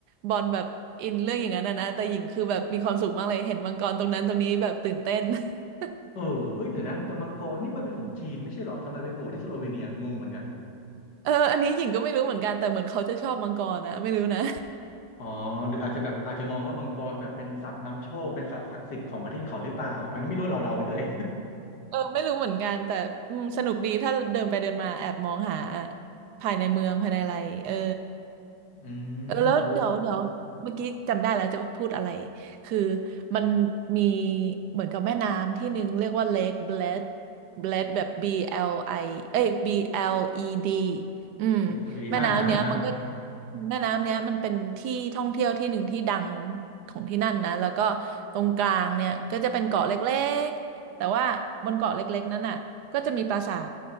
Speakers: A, on the right (about 70°); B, on the left (about 60°).
A: บอลแบบอินเรื่องอย่างนั้นนะนะแต่หญิงคือแบบมีความสุขมากเลยเห็นมังกรตรงนั้นตรงนี้แบบตื่นเต้น <laughs>
B: เออเอ้ยเดี๋ยวนะแต่มังกรนี่มันเป็นของจีนไม่ใช่เหรอทำไมไปโผล่ที่สโลเวเนียงงเหมือนกัน
A: เอออันนี้หญิงก็ไม่รู้เหมือนกันแต่เหมือนเขาจะชอบมังกรนะไม่รู้นะ
B: อ๋อหรืออาจจะแบบอาจจะมองว่ามังกรแบบเป็นสัตว์นำโชคเป็นสัตว์ศักดิ์สิทธิ์ของประเทศเขาหรือเปล่าอันนี้ไม่รู้เราเดาไปเรื่อย
A: <laughs> เออไม่รู้เหมือนกันแต่อืมสนุกดีถ้าเดินไปเดินมาแอบมองหาภายในเมืองภายในอะไรเออ
B: <laughs> อืมโอ้
A: เออแล้วเดี๋ยวเดี๋ยวเมื่อกี้จำได้แล้วจะพูดอะไร คือมันมีเหมือนกับแม่น้ำที่หนึ่งเรียกว่า Lake Bled Bled แบบ B L I เอ้ย B L E D อืม
B: วีวีอ่าฮะอ่าฮะ
A: แม่น้ำเนี้ยมันก็แม่น้ำเนี้ยมันเป็นที่ท่องเที่ยวที่หนึ่งที่ดังของที่นั่นนะแล้วก็ตรงกลางเนี่ยก็จะเป็นเกาะเล็ก แต่ว่าบนเกาะเล็กๆนั้นน่ะก็จะมีปราสาท